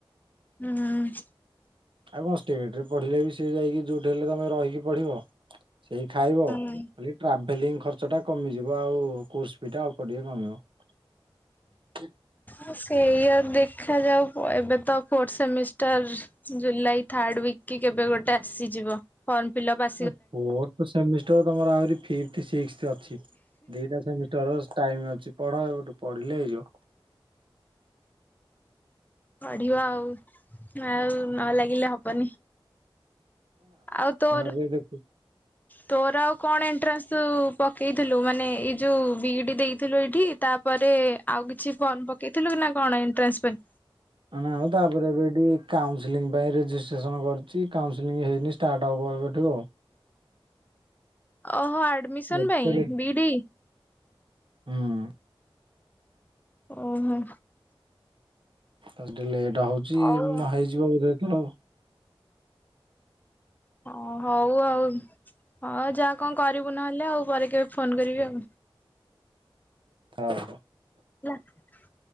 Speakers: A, on the left (about 20°); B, on the right (about 65°).
A: ହୁଁ ହୁଁ।
B: ଆଉ କଣ ଷ୍ଟେଟରେ ପଢ଼ିଲେ ବି ସେ ଯାଇକି ଯୋଉଠି ହେଲେ ତମେ ରହିକି ପଢ଼ିବ ସେଇ ଖାଇବ।
A: ହୁଁ
B: ଖାଲି ଟ୍ରାଭେଲିଂ ଖର୍ଚ୍ଚ ଟା କମିଯିବ ଆଉ କୋସ୍ ଫି ଟା ଅଳ୍ପ ଟିକେ କମିବ। <inaudible>
A: ହ ସେଇଆ ଦେଖାାଯାଉ ପ ଏବେ ତ fourth semester July third week କି କେବେ ଗୋଟେ ଆସିଯିବ। ଫର୍ମ ଫିଲଅପ ଆ
B: ଅ ଫୋର୍ଥ ସେମିଷ୍ଟାର ତମର ଆହୁରି ଫିଫ୍ଟୁ ଶିକ୍ସ୍ଥ ଅଛି ଦିଟା ସେମିସ୍ ତୋର ଷ୍ଟାଇମ୍ ଅଛି ପଢ ଏବଠୁ ପଢିଲେ ହେଇଯିବ।
A: ପଢିବା ଆଉ ଆଉ ନ ଲାଗିଲେ ହବନି। ଆଉ ତୋର
B: ମୁଇ ଦେଖୁଛି।
A: ତୋର ଆଉ କଣ ଏଣ୍ଟ୍ରାସ୍ ତୁ ପକେଇଥିଲୁ ମାନେ ଏଇ ଯୋଉ ବିଡି ଦେଇଥିଲୁ ଏଇଠି ତାପରେ ଆଉ କିଛି ଫର୍ମ ଦେଇଥିଲୁ କି ନା କଣ ଏଣ୍ଟ୍ରାନ୍ସ ପାଇଁ?
B: ନାଁ ଆଉ ତାପରେ ଏବେ ଏଠି କାଉନସେଲିଂ ପାଇଁ ରେଜିଷ୍ଟ୍ରେସନ କରିଛି। କାଉନସେଲିଂ ହେଇନି ଷ୍ଟାର୍ଟ ହବ ଏବେଠୁ ଆଉ।
A: ଓହୋ ଆଡ଼ମିସନ୍
B: ଆଉ।
A: ପାଇଁ ବିଇଡି?
B: ହୁଁ।
A: ଓହୋ
B: ଆଜି ଟିକିଏ ଲେଟ୍ ହଉଛି
A: ହଉ
B: ହେଇଯିବ ବୋଧେ ଏଥର।
A: ଓ ହୋଉ ଆଉ। ହୋଉ ଯା କଣ କରିବୁ ନହେଲେ ଆଉ ପରେ କେବେ ଫୋନ୍ କରିବି ଆଉ।
B: ହ ହ।
A: ହେଲା